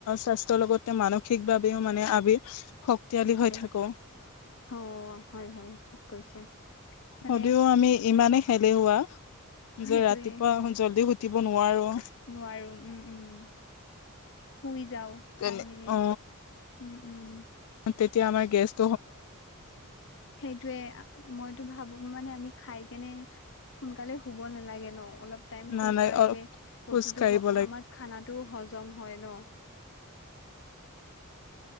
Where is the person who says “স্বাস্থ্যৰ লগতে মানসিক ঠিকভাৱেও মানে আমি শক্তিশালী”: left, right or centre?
Left